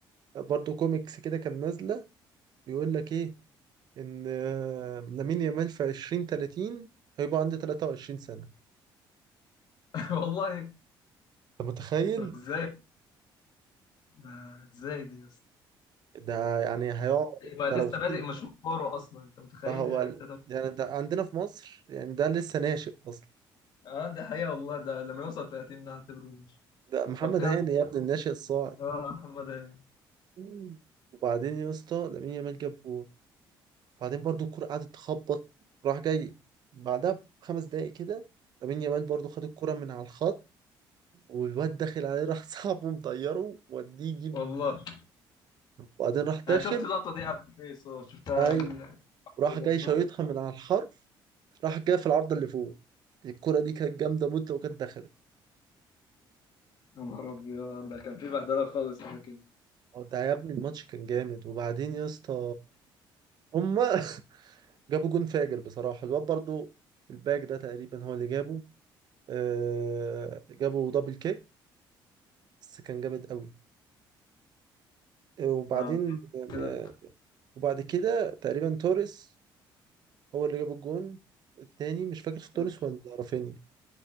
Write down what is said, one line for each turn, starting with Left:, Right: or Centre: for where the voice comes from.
Right: برضه كوميكس كده كان نازلة بيقول لك ايه ان آه، لامين يامال في 20 30 هيبقى عنده 23 سنة
Left: <laughs> والله
Right: انت متخيل
Left: طب ازاي ده ازاي دي يا اسطى
Right: ده يعني هيقعد
Left: يبقى
Right: ده
Left: لسه
Right: لو فضل
Left: بادئ مشواره أصلا أنت متخيل
Right: ده هو
Left: يا
Right: ال-
Left: تلاتة-
Right: يعني ده عندنا في مصر يعني ده لسه ناشئ اصلا
Left: اه دي حقيقة والله ده لما يوصل 30 ده هعتبره نيش
Right: ده محمد
Left: طب كم
Right: هاني يا ابني الناشئ الصاعد
Left: اه محمد إيه؟
Right: مم. وبعدين يا اسطى لامين يامال جاب جول وبعدين برضو الكرة قعدت تخبط راح جاي بعدها بخمس دقايق كده لامين يامال برضو خد الكرة من على الخط والواد داخل عليه راح <laughs> صاحبه مطيره وديه يجيب
Left: والله
Right: وبعدين راح داخل
Left: أنا شفت اللقطة دي على الفيس اه شفتها
Right: ايوه
Left: على
Right: راح
Left: ال-
Right: جاي
Left: صح؟
Right: شايطها من على الحرف راح جاي في العارضة اللي فوق الكرة دي كانت جامدة موت لو كانت دخلت
Left: يا نهار أبيض ده كان في بهدلة خالص على كده
Right: هو ده يا ابني الماتش كان جامد وبعدين يا اسطى هما <laughs> جابوا جون فاجر بصراحة الواد برضو الباك ده تقريبا هو اللي جابه آه جابوا دبل كيك بس كان جامد قوي آه، وبعدين
Left: اه كده
Right: آه وبعد كده تقريبا توريس هو اللي جاب الجون التاني مش فاكر في توريس
Left: اه
Right: ولا رافينيا